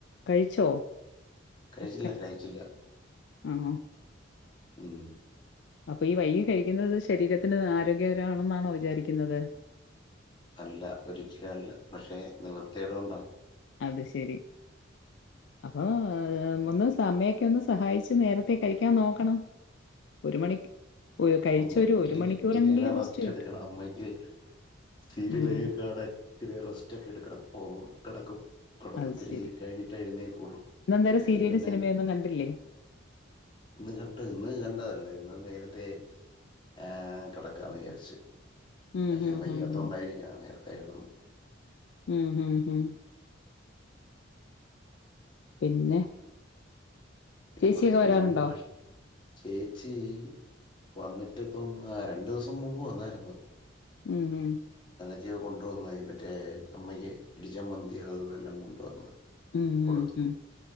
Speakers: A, on the left (about 60°); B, on the left (about 25°).
A: കഴിച്ചോ
B: കഴിച്ചില്ല
A: കഴിച്ച്
B: കഴിച്ചില്ല
A: ആണോ
B: ഉം
A: അപ്പൊ ഈ വൈകി കഴിക്കുന്നത് ശരീരത്തിന് ആരോഗ്യകരമാണെന്നാണോ വിചാരിക്കുന്നത്
B: അല്ല ഒരിക്കലും അല്ല പക്ഷേ നിവൃത്തിേകേ ടൊണ്ട
A: അത് ശരി അപ്പൊ ഒന്ന് സമയൊക്കെ ഒന്ന് സഹായിച്ച് നേരത്തെ കഴിക്കാൻ നോക്കണം ഒരു മണിക്ക് ഒ കഴിച്ച്
B: അമ്മയ്ക്ക്
A: ഒരു മണിക്കൂറെങ്കിലും
B: ഇച്ചിരിനേരം റെസ്റ്റ്
A: കിട്ടും.
B: എടുക്കണം അമ്മയ്ക്ക് സീരിയലെക്കാ
A: ഉം.
B: കാണാൻ ഇച്ചിരി റെസ്റ്റ് എക്കെ എടുക്കണം പോകും കിടക്കും കടന്ന്നിത്തിരി
A: അത് ശരി.
B: കഴിഞ്ഞിട്ട് എഴുന്നേക്കൂളും
A: ഇന്നെന്തേരം
B: അപ്പഴത്തേക്കും
A: സീരിയലും
B: പിന്നെ
A: സിനിമയൊന്നും കണ്ടില്ലേ?
B: ഇന്ന് കണ്ട ഇന്ന് കണ്ടതല്ല ഇന്ന് നേര അതെ ഏ കിടക്കാന്ന് വിചാരിച്ചു
A: ഉം,
B: അമ്മക്ക്
A: ഹും,
B: വയ്യാതോണ്ട്
A: ഹും, ഹും.
B: ആയിരിക്കാം നേരത്തെ കിടന്ന്
A: ഉം, ഹും, ഹും. പിന്നെ
B: പിന്നെ
A: ചേച്ചിയൊക്കെ
B: കുറച്ച്
A: വരാറുണ്ടോ
B: തുണി വാഷ് ചേച്ചി വന്നിട്ട്ഇപ്പം രണ്ട് ദിവസം മുമ്പ് വന്നായിരുന്നു
A: ഉം ഹം
B: ഇയ്യോ കൊണ്ടുവന്ന് മറ്റേ അമ്മയ്ക്ക് ഇടി ചമ്മന്തി അത് ഇത് ഇതെല്ലാം കൊണ്ടുവന്ന്
A: ഉം, ഹും,
B: കൊടുത്തു
A: ഹും.